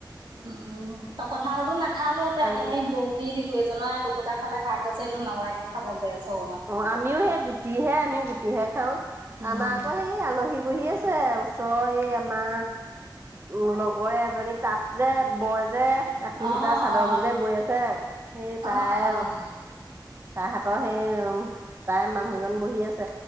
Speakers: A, on the right; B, on the right.
A: উম, উম, ত কঁঠালতো নাখালোহতে
B: পাৰি
A: আমি
B: পেলাই
A: সেই গৰুক দি দিলো, এজনে দু পুতা খালে, খাই কৈছে এইটো নালাগে খাব গেছ হ'ব মানুহৰ
B: অ', আমিও সেই গুটিহে, আমিও গুটিহে খাওঁ।
A: উম
B: আমাৰ আকৌ সেই আলহী বহি আছে, ওচৰৰ এ, আমাৰ উ, লগৰ এজনী তাত যে, বয় যে, আখি সূতা
A: অ
B: চাদৰ
A: অ
B: বু যে বৈ আছে, সেই
A: অ',
B: তাই।
A: অ',
B: তাহাতৰ সেই উম, তাই মানুহজন বহি আছে।